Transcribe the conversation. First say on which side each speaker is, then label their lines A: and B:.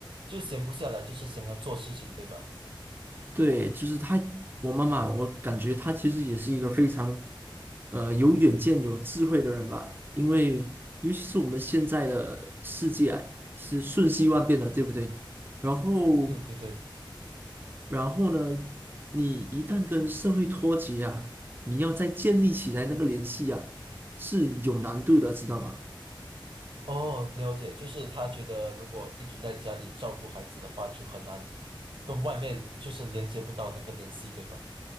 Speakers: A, on the right; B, on the right.
A: 就闲不下来，就是想要做事情，对吧？
B: 对，就是他，我妈妈，我感觉她其实也是一个非常，呃，有远见、有智慧的人吧。因为尤其是我们现在的世界啊，是瞬息万变的，对不对？然后，
A: 对对对。
B: 然后呢，你一旦跟社会脱节啊，你要再建立起来那个联系啊，是有难度的，知道吗？
A: 哦，了解，就是他觉得如果一直在家里照顾孩子的话，就很难跟外面就是连接不到那个联系，对吧？